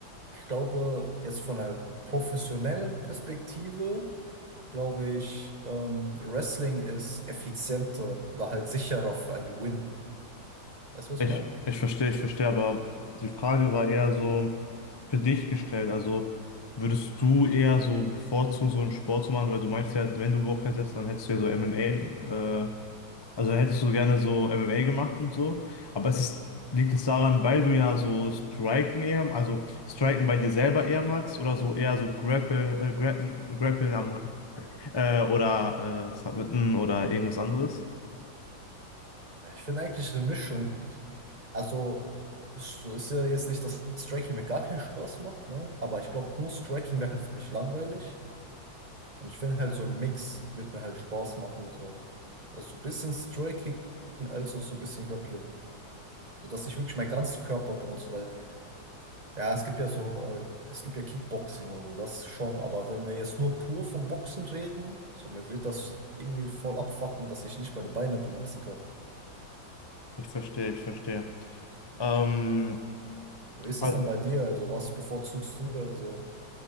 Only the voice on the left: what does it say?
Ich,
ich verstehe, ich verstehe, aber die Frage war eher so für dich gestellt. Also würdest du eher so bevorzugen, so einen Sport zu machen, weil du meinst ja, wenn du Bock hättest, dann hättest du ja so MMA Also hättest du gerne so MMA gemacht und so, aber es ist, liegt es daran, weil du ja so Striken eher, also Striken bei dir selber eher magst oder so eher so Grapple, äh, Grappen- Grappeln am, äh, oder äh, Submitten oder irgendwas anderes?
Ich verstehe, ich verstehe. Ähm,
al-